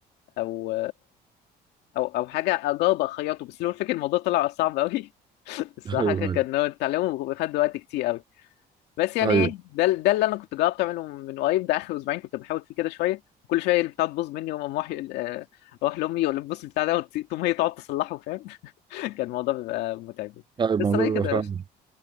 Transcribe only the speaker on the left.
أو او او حاجه اجاوب اخيطه بس لو الفكره الموضوع طلع صعب قوي <laughs> الصراحه
كان
كان هو التعليم بياخد وقت كتير قوي بس يعني
ايه ده ده اللي انا كنت جربت اعمله من قريب ده اخر اسبوعين كنت بحاول فيه كده شويه وكل شويه البتاع تبوظ مني واقوم رايح آه، اروح لامي ولا تبص البتاع ده وت- تقوم هي تقعد تصلحه فاهم <laughs> كان الموضوع بيبقى متعب
بس هو إيه
كده
قشطة.